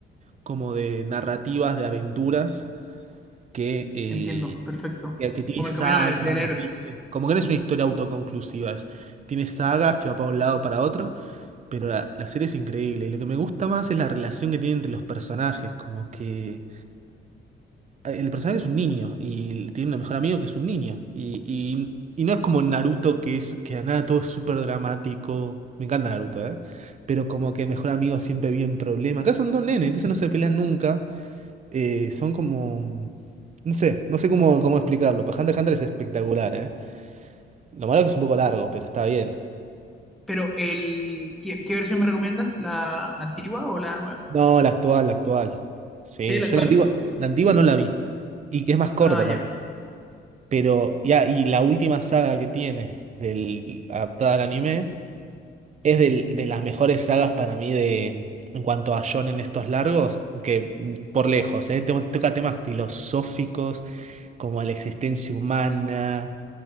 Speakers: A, on the right (about 35°); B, in the centre.
A: como de narrativas, de aventuras que... eh,
B: entiendo, perfecto.
A: que, que tiene
B: Como el
A: sagas,
B: camino del, del héroe.
A: ¿viste? Como que no es una historia autoconclusiva, es- tiene sagas que va para un lado para otro, pero la, la serie es increíble. Y lo que me gusta más es la relación que tiene entre los personajes, como que eh, el personaje es un niño y tiene un mejor amigo que es un niño. Y, y, y no es como Naruto, que es que a nada todo es súper dramático. Me encanta Naruto, ¿eh? Pero como que el mejor amigo siempre vive en problemas. Acá son dos nenes, entonces no se pelean nunca. eh, son como... No sé, no sé cómo, cómo explicarlo. Pero Hunter x Hunter es espectacular, ¿eh? Lo malo es que es un poco largo, pero está bien.
B: Pero el, ¿qué, qué versión me recomiendas? ¿La, la antigua o la nueva?
A: No, la actual, la actual. Sí,
B: Sí, la
A: yo
B: actual.
A: la antigua, la antigua no la vi. Y que es más corta
B: Ah, ya.
A: también. Pero, ya, y la última saga que tiene, del, adaptada al anime, es del- de las mejores sagas para mí de, en cuanto a shonen estos largos, que mm, por lejos, eh, to- toca temas filosóficos como la existencia humana,